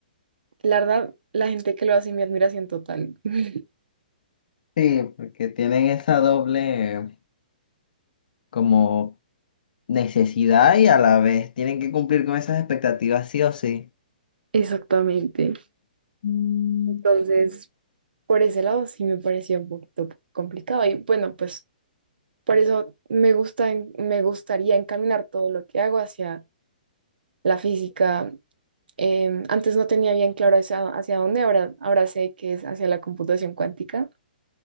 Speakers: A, on the right; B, on the left.
A: La verdad, la gente que lo hace, mi admiración total. <laughs>
B: Sí, porque tienen esa doble... como necesidad y a la vez tienen que cumplir con esas expectativas sí o sí.
A: Exactamente.
B: Mm,
A: Entonces, por ese lado sí me parecía un poquito complicado. Y bueno, pues por eso me gusta, en- me gustaría encaminar todo lo que hago hacia la física. Em, antes no tenía bien claro hacia, hacia dónde, ahora, ahora sé que es hacia la computación cuántica.